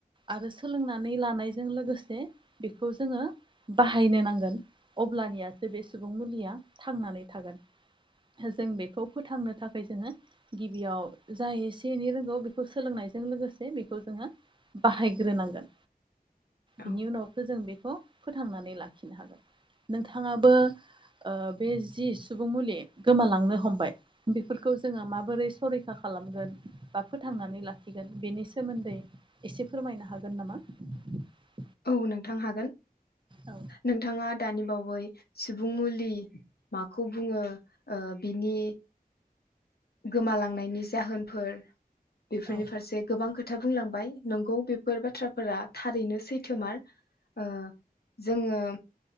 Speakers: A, on the right; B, on the left.
A: आरो सोलोंनानै लानायजों लोगोसे बेखौ जोङो बाहायनो नांगोन अब्लानियासो बे सुबुं मुलिया थांनानै थागोन जों बेखौ फोथांनो थाखाय जोङो गिबियाव जा एसे एनै रोंगौ बेखौ सोलोंनायजों लोगोसे बेखौ जोङो बाहायग्रोनांगोन
B: औ
A: बिनि उनावसो जों बेखौ फोथांनानै लाखिनो हागोन नोंथाङाबो ओ बे जि सुबुं मुलि गोमालांनो हमबाय बेफोरखौ जोङो माबोरै संरै आसा खालामगोन बा फोथांनानै लाखिगोन बेनि सोमोन्दै एसे फोरमायनो हागोन नामा <inaudible> <unintelligible>
B: औ नोंथां हागोन
A: औ
B: नोंथाङा दानि बावै सुबुं मुलि माखौ बुङो? ओ बिनि गोमालांनायनि जाहोनफोर बेफोरनि
A: औ
B: फारसे गोबां खोथा बुंलांबाय नंगौ बेफोर बाथ्राफोरा थारैनो सैथोमार ओ जोङो